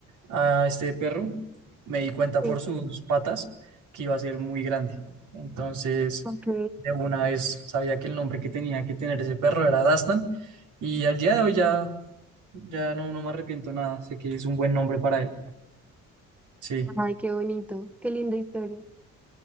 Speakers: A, on the right (about 80°); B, in the centre.
A: a este perro me di cuenta
B: Sí.
A: por sus patas que iba a ser muy grande. Entonces,
B: Ok.
A: de una vez sabía que el nombre que tenía que tener ese perro era Dastan y al día de hoy ya, ya no, no me arrepiento nada. Sé que es un buen nombre para él. Sí.
B: Ay, qué bonito, qué linda historia.